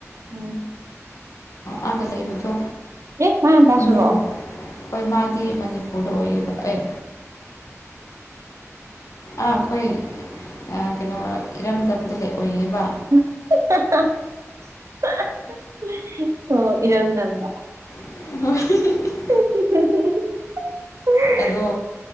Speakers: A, on the right (about 70°); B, on the left (about 80°).
A: ꯎꯝ
B: ꯑꯥꯗ ꯂꯩꯕꯗꯣ
A: ꯑꯦ ꯃꯥꯏ ꯃꯄꯥꯁꯨꯔꯣ
B: ꯃꯨꯕ ꯍꯣꯏ ꯃꯥ ꯇꯤ ꯃꯅꯤꯄꯨꯔꯗ ꯑꯣꯏꯕ ꯑꯦ ꯑꯥ ꯑꯩꯈꯣꯏ ꯑꯥ ꯀꯩꯅꯣ ꯏꯔꯝꯗꯝꯗ ꯑꯣꯏꯌꯦꯕ
A: <unintelligible> ꯑꯣ ꯏꯔꯝꯗꯝꯗꯗ
B: <unintelligible>
A: <unintelligible>
B: ꯑꯗꯣ